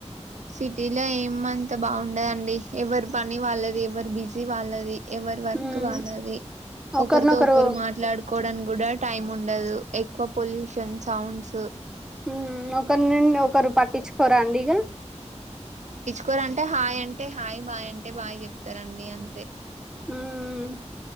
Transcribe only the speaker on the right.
సిటీలో ఏమంత బాగుండదండి ఎవరు పని వాళ్ళది ఎవరు బిజీ వాళ్ళది ఎవరి వర్క్
వాళ్ళది
ఒకరితో ఒకరు మాట్లాడుకోవడం గుడా టైమ్ ఉండదు ఎక్కువ పొల్యూషన్ సౌండ్స్
కోర అంటే హాయ్ అంటే హాయ్ బాయ్ అంటే బాయ్ చెప్తారండి అంతే